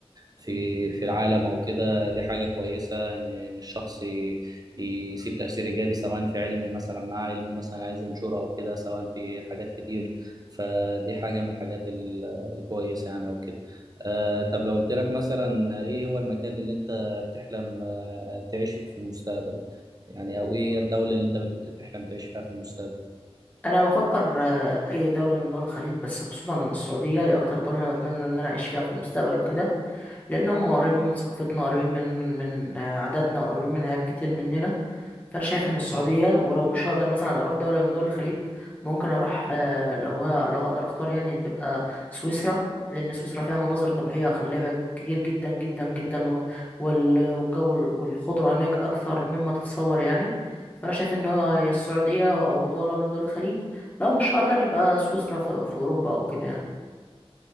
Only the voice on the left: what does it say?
انا بفكر آه، اي دوله من دول الخليج بس خصوصا السعوديه هي اكتر دوله انا بتمنى ان انا اعيش فيها في المستقبل وكده لان هم قريبين من ثقافتنا قريبين من من آه، عاداتنا قريبين من حاجات كتير مننا فانا شايف ان السعوديه ولو مش هقدر مثلا اروح دوله من دول الخليج ممكن اروح آه، لو هي لو هقدر اختار يعني تبقى سويسرا لان سويسرا فيها مناظر طبيعيه خلابه كتير جدا جدا جدا و- وال- والجو والخضره هناك اكثر مما تتصور يعني فانا شايف ان هو يا السعوديه او دوله من دول الخليج لو مش هقدر يبقى سويسرا في في اوروبا او كده يعني